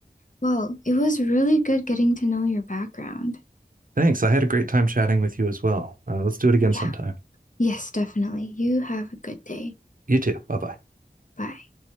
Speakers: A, on the left; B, on the right.
A: Well, it was really good getting to know your background.
B: Thanks. I had a great time chatting with you as well. Uh, let's do it again
A: Yeah.
B: sometime.
A: Yes, definitely. You have a good day.
B: You too. Bye bye.
A: Bye.